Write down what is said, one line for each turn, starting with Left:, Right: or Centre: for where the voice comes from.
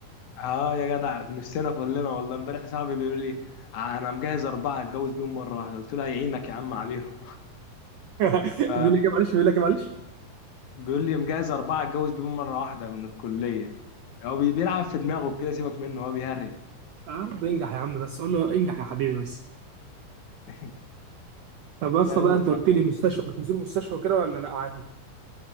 Left: اه يا جدع نفسنا كلنا والله امبارح صاحبي بيقول لي انا مجهز اربعه اتجوز بيهم مره واحده قلت له يعينك يا عم عليهم
Right: بيقول
Left: ف
Right: لك إيه معلش بيقول لك إيه معلش
Left: بيقول لي مجهز اربعه اتجوز بيهم مره واحده من الكليه هو بي- بيلعب في دماغه كده سيبك منه هو بيهري
Right: عرض انجح يا عم بس قول له انجح يا حبيبي بس
Left: <laughs>
Right: طب يا
Left: فاهم
Right: اسطى بقى انت قلت لي مستشفى بتنزلوا مستشفى وكده ولا لا عادي